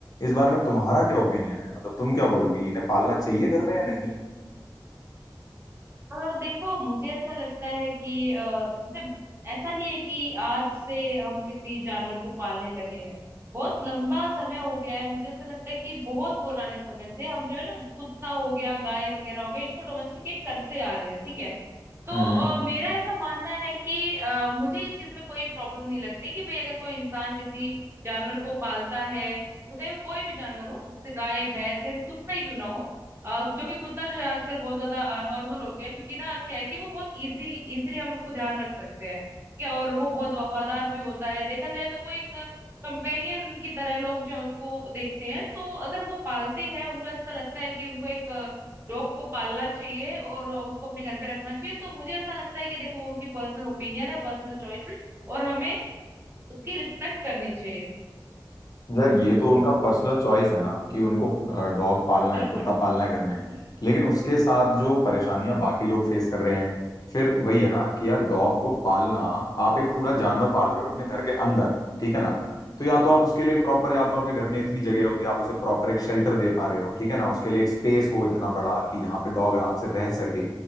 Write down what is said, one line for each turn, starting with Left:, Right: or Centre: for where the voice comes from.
Left: इस बारे में तुम्हारा क्या ओपिनियन है मतलब तुम क्या बोलोगी इन्हें पालना चाहिए घर में या नहीं
Right: अ, देखो मुझे ऐसा लगता है कि अ, जैसे ऐसा नहीं है कि आज से हम किसी जानवर को पालने लगे हैं बहुत लंबा समय हो गया है मुझे ऐसा लगता है कि बहुत पुराने समय से हम जो है ना कुत्ता हो गया गाय वगैरह हो गया इनको डोमेस्टिकेट करते आ रहे हैं ठीक है तो
Left: हम्म
Right: अ, मेरा ऐसा मानना है कि अ, मुझे इस चीज में कोई प्रॉब्लम नहीं लगती कि भाई अगर कोई इंसान किसी जानवर को पालता है चाहे वो कोई भी जानवर हो जैसे गाय भैंस या फिर कुत्ता ही क्यों ना हो अ, जो कि कुत्ता जो है आजकल बहुत ज्यादा नॉर्मल हो गया है क्योंकि ना क्या है कि वो बहुत इजीली इजीली हम उसको ध्यान रख सकते हैं ठीक है और वो बहुत वफादार भी होता है देखा जाए तो वो एक कंपेनियन की तरह लोग जो है उसको देखते हैं तो अगर वो पालते हैं उनको ऐसा लगता है कि उनको एक डॉग को पालना चाहिए और उसको अपने घर पे रखना चाहिए तो मुझे ऐसा लगता है कि देखो वो उनकी पर्सनल ओपिनियन है पर्सनल चॉइस है और हमें उसकी रिस्पेक्ट करनी चाहिए
Left: यार ये तो उनका पर्सनल चॉइस है ना कि उनको डॉग पालना
Right: बिल्कुल
Left: है कुत्ता पालना है घर में लेकिन उसके साथ जो परेशानियां बाकी लोग फेस कर रहे हैं फिर वही है ना कि यार डॉग को पालना आप एक पूरा जानवर पाल रहे हो अपने घर के अंदर ठीक है ना तो या तो आप उसके लिए प्रॉपर या तो आपके घर में इतनी जगह हो कि आप उसे प्रॉपर एक शेल्टर दे पा रहे हो ठीक है ना उसके लिए एक स्पेस हो इतना बड़ा कि जहाँ पे डॉग आराम से रह सके